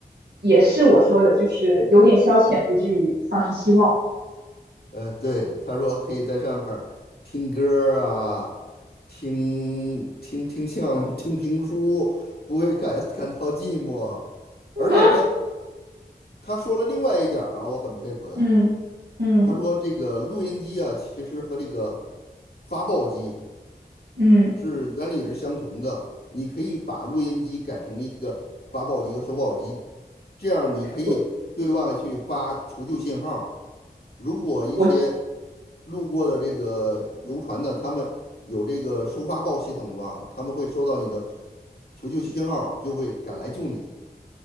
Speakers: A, on the right; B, on the left.
A: 也是我说的，就是有点消遣，不至于丧失希望。
B: 呃，对，他说可以在上面儿听歌儿啊，听听听相声、听评书，不会感感到寂寞。而且他
A: <laughs>
B: 他说了另外一点儿啊，我很佩服他。
A: 嗯嗯。
B: 他说这个录音机啊，其实和这个发报机
A: 嗯，
B: 是原理也是相同的。你可以把录音机改成一个发报机和收报机，这样你可以对外去发求救信号。
A: 我
B: 如果一些
A: 我
B: 路过的这个游船呢，他们有这个收发报系统嘛，他们会收到你的求救信号，就会赶来救你。